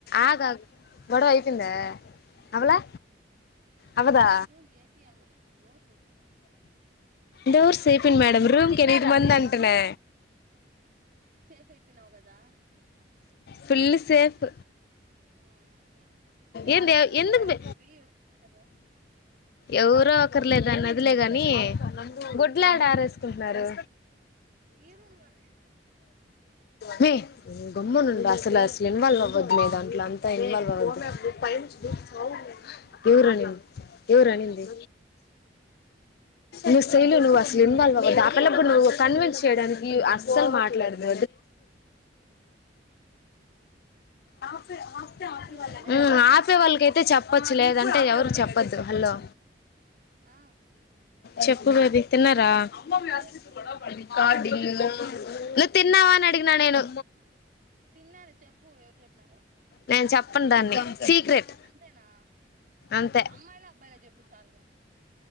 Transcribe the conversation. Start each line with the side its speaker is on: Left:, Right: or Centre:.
Left: ఆగు ఆగు గొడవ అయిందా అవ్వలే అవ్వదా
Right: మేడం మీ రూమ్ కి ఏపియండి మేడం డోర్స్
Left: డోర్స్ చేపియండి మేడం రూమ్ కి ఎనిమిది మంది అంటనే
Right: చెప్పినవ్ కదా
Left: ఫుల్ సేఫ్
Right: మ్ చెప్పు
Left: ఏంది
Right: సునీత
Left: ఎందుకు
Right: బేబీ హలో
Left: ఎవరో ఒకరు లేదన్నదిలే గాని
Right: చెప్తా
Left: గుడ్లలేడా
Right: చెప్పలేదా
Left: ఆరేసుకుంటున్నారు
Right: ఈ రూమ్ లోనే
Left: మ్మి గమ్మున ఉండు అసలు ఇన్వొల్వ్ అవ్వద్దు లే దాంట్ల అంతా ఇన్వొల్వ్ అవద్దు పైనుంచి దూకి సావు ఎవరు అని ఎవరు అనింది నువ్ సైలు నువ్ అసలు ఇన్వాల్వ్ అవ్వద్దు ఆ పిల్లకి నువ్ కన్విన్స్ చేయడానికి అస్సలు మాట్లాడదు ఆ
Right: ఏమైంది న
Left: హాస్టల్ వాళ్ళకైతే చెప్పొచ్చు లేదంటే ఎవరికి చెప్పద్దు హల్లో
Right: ఆ
Left: చెప్పు బేబీ తిన్నారా నువ్వు
Right: చెప్పు బేబీ ఎవరు చెప్పినారు చెప్పు
Left: తిన్నావా అని అడిగిన నేను
Right: తిన్నార చెప్పు ఎవరు చెప్పినారో
Left: నేను చెప్పను దాన్ని సీక్రెట్
Right: అంతేనా
Left: అంతే
Right: అమ్మాయిలా అబ్బాయిలా చెప్పు సాలుగని